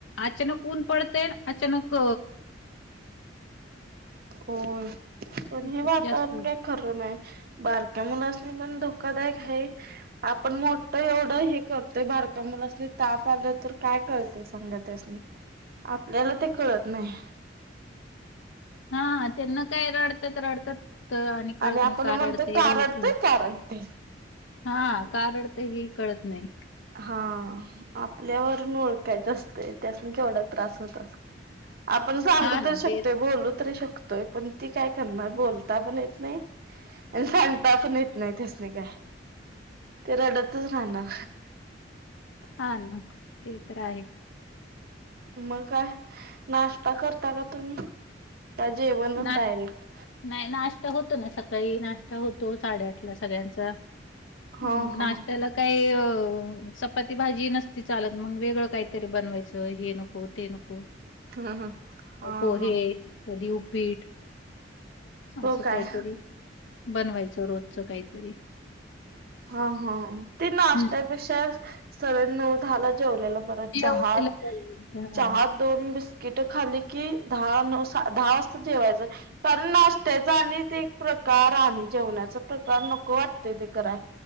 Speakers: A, on the left; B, on the right.
A: अचानक ऊन पडतेय अचानक
B: होय! पण
A: त्याच्यात
B: हे वातावरण
A: जास्त
B: का खर नाही, बारक्या मुलासनी पण धोकादायक हाय. आपण मोठं एवढं हे करतोय, बारक्या मुलासनी ताप आलं तर काय कळतय सांगा त्यासनी. आपल्याला ते कळत नाही
A: हां, त्यांना काय रडतात रडतात त आणि कळत
B: आपण
A: नाही का
B: म्हणतो
A: रडते
B: का
A: हे
B: रडतंय
A: कळ
B: का रडतंय.
A: हां, का रडतय हेही कळत नाही.
B: हां, आपल्यावरून ओळखायचं असतंय त्यास्नी केवढा त्रास होत अस आपण सांगू
A: हा
B: तरी
A: ना
B: शकतोय,
A: ते
B: बोलू तरी शकतोय, पण ती काय करणार बोलता पण येत नाही. आणि सांगता पण येत नाही त्यास्नी काय, ते रडतच राहणार.
A: हां ना, ते तर आहे.
B: मग काय? नाष्टा करता का तुम्ही, का जेवणच
A: ना
B: डायरेक्ट.
A: नाही नाश्ता होतो ना, सकाळी नाश्ता होतो, साडेआठला सगळ्यांचा.
B: हा
A: मग नाश्त्याला
B: हा ह
A: काही अ चपाती भाजी नसती चालत, मग वेगळं काहीतरी बनवायचं, हे नको, ते नको
B: हं हा
A: पोहे
B: हा.
A: कधी उपीट,
B: हो
A: अस
B: काय
A: काहीतरी बनवायचं रोज. च काहीतरी.
B: हां हां, ते नाश्त्यापेक्षा,
A: हं,
B: सगळ्यांनी नऊ दहाला जेवलेला परत,
A: जेवू
B: चहात,
A: दिलं पाहिजे हां.
B: चहात दोन बिस्किट खाली की, दहा नऊ, दहा वाजता जेवायचं. कारण नाश्त्याचा आणि ते प्रकार, आणि जेवण्याचा प्रकार नको वाटत ते कराय.